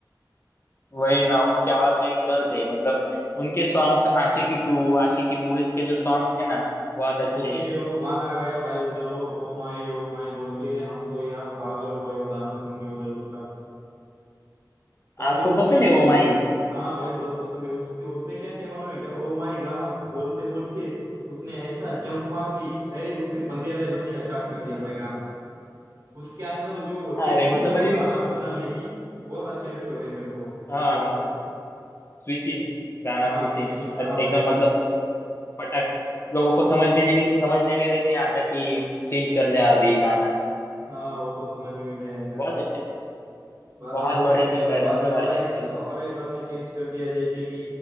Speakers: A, on the left; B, on the right.
A: वही ना उनकी आवाज में एक दर्द है मतलब उनके songs Aashiqui two Aashiqui movies के जो सॉन्ग्स है ना बहुत अच्छे
B: उसने
A: हैं।
B: वो गाना गाया भाई उधर वो ओ माई ओ माई बोल के हम तो यार पागल हो गए वो गाना सुन के उधर उसका बाद
A: आपको
B: में उसने
A: पसंद है ओ माई
B: हाँ भाई बहुत पसंद है उसके उसने क्या किया मालूम है क्या ओ माई गाना बोलते बोलते उसने ऐसा जंप मार ली डायरेक्ट उसने बंदे अरे बंदिया स्टार्ट कर दिया भाई गाना उसके अंदर जो वो
A: अरे
B: टेक्निक
A: मतलब
B: है ना वो
A: मैंने
B: गाना बदलने की बहुत अच्छी लगती है भाई मेरे को
A: हाँ
B: सिंगर की
A: स्विचिंग गाना
B: हाँ
A: स्विचिंग
B: स्विचिंग हाँ भाई
A: एकदम मतलब फटाक से लोगों को समझने में भी समझने में भी नहीं आता कि चेंज कर लिया अभी गाना
B: हाँ वो तो समझ में भी नहीं आएगा
A: बहुत अच्छे
B: बाद
A: बहुत
B: में उसने
A: बड़े सिंगर
B: बाद
A: है मतलब
B: में और
A: अरिजीत
B: एक
A: सिंह
B: और एक बाद में चेंज कर दिया जैसे कि